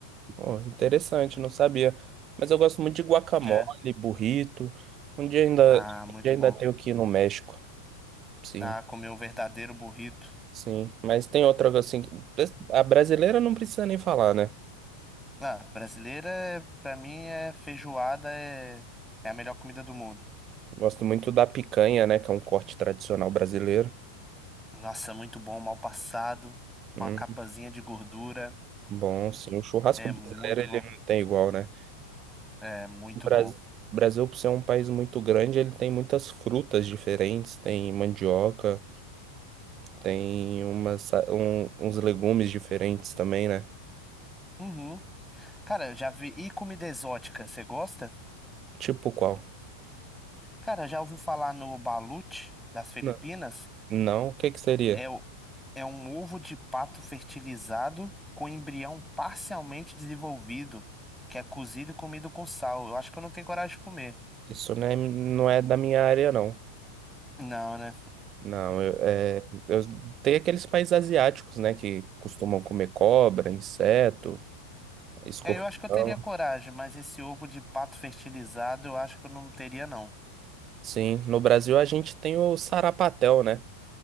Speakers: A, on the right (about 30°); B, in the centre.
A: Pô, interessante, não sabia. Mas eu gosto muito de guacamole,
B: É.
A: burrito. Um dia ainda,
B: Ah,
A: um
B: muito
A: dia ainda
B: bom.
A: tenho que ir no México. Sim,
B: Ah, comer um verdadeiro burrito.
A: sim. Mas tem outra assim. A brasileira não precisa nem falar, né?
B: Ah, brasileira, é- pra mim, é feijoada, é, é a melhor comida do mundo.
A: Gosto muito da picanha, né? Que é um corte tradicional brasileiro.
B: Nossa, muito bom, mal passado,
A: Hum.
B: com a capazinha de gordura.
A: Bom, sim, o churrasco
B: É
A: brasileiro
B: muito
A: ele
B: bom.
A: não tem igual, né?
B: É muito
A: O Brasil,
B: bom.
A: Brasil, por ser um país muito grande, ele tem muitas frutas diferentes, tem mandioca, tem umas, sa- um- uns legumes diferentes também, né?
B: Uhum. Cara, eu já vi. E comida exótica, você gosta?
A: Tipo qual?
B: Cara, já ouviu falar no balut das Filipinas?
A: Não. Não? O que que seria?
B: É, o... é um ovo de pato fertilizado com embrião parcialmente desenvolvido, que é cozido e comido com sal. Eu acho que eu não tenho coragem de comer.
A: Isso não é, não é da minha área, não.
B: Não, né?
A: Não, eu, é, eu, tem aqueles países asiáticos, né, que costumam comer cobra, inseto, escorpião.
B: É, eu acho que eu teria coragem, mas esse ovo de pato fertilizado eu acho que eu não teria, não.
A: Sim, no Brasil a gente tem o sarapatel, né?